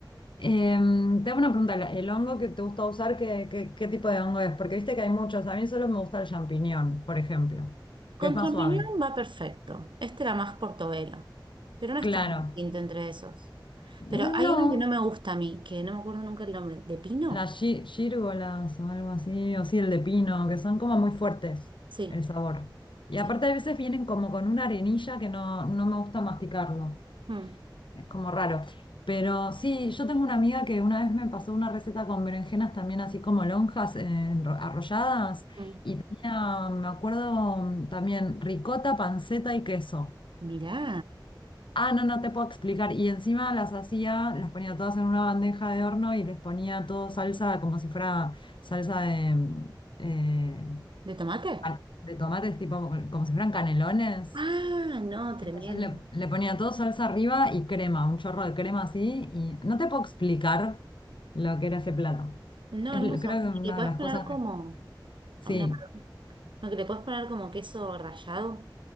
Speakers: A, on the left (about 75°); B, on the right (about 75°).
A: Em, te hago una pregunta, ¿la- ¿el hongo que te gusta usar, qué, qué, qué tipo de hongo es? Porque viste que hay muchos, a mí solo me gusta el champiñón, por ejemplo, que
B: Con
A: es más
B: champiñón
A: suave.
B: va perfecto. Este era más portobelo. Pero no es
A: Claro.
B: tan distinto entre esos. Pero
A: No.
B: hay uno que no me gusta a mí, que no me acuerdo nunca el nombre. ¿De pino?
A: Las gí- gírgolas o algo así, o sí, el de pino, que son como muy fuertes
B: Sí,
A: el sabor. Y
B: sí.
A: aparte a veces vienen como con una arenilla que no, no me gusta masticarlo,
B: Mm,
A: es como raro. Pero sí, yo tengo una amiga que una vez me pasó una receta con berenjenas también así como lonjas eh, enro- arrolladas
B: mm.
A: y tenía, me acuerdo, mm, también ricota, panceta y queso.
B: Mirá,
A: Ah, no, no te puedo explicar. Y encima las hacía, las ponía todas en una bandeja de horno y les ponía todo salsa como si fuera salsa de, mm, eh,
B: ¿de tomate?
A: ah, de tomates, tipo como como si fueran canelones.
B: Ah, no, tremendo.
A: Entonces le, le ponía todo salsa arriba y crema, un chorro de crema así. Y no te puedo explicar lo que era ese plato.
B: No,
A: Es,
B: hermoso.
A: l- creo
B: ¿Y
A: que una
B: le puedes
A: de las
B: poner
A: cosas.
B: como,
A: Sí.
B: no, no, no, que le puedes poner como queso rallado?